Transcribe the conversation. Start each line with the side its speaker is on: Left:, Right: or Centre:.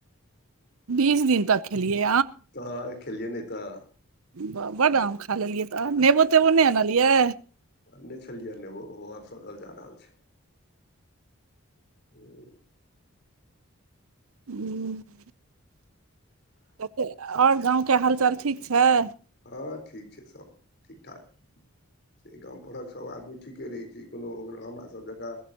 Right: बीस दिन
Left: <inaudible>
Right: तक खेलियै
Left: तऽ खेलियै नै तऽ।
Right: बा बड आम खा लेलियै तऽ नेबो तेबो नै आनलियै
Left: आनै छलिय नेबो ओहो आब सधल जा रहल छैय। <unintelligible>
Right: <unintelligible> तऽ की और गाँव केँ हालचाल ठीक छैय।
Left: हँ ठीक छैय सब ठीक ठाक <inaudible> छैय गाम परहक सब आदमी ठीक निके रहै छी कोनो ओकरो हमरा सभ जका